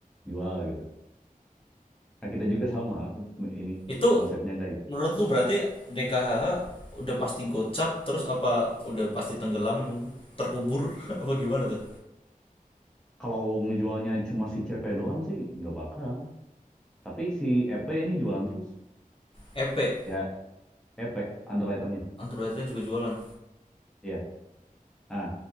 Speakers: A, in the centre; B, on the left.
A: jual gitu. Nah, kita juga sama lah ini
B: Itu
A: konsepnya kayak
B: menurut lu berarti DKHH udah pasti gocap terus apa udah pasti tenggelam terkubur <laughs> apa gimana tuh?
A: kalau ngejualnya cuma si CP doang sih nggak bakal. Tapi si EP ini jualan terus.
B: EP
A: Ya EP underwriternya.
B: Underwriter juga jualan.
A: Iya. Ah,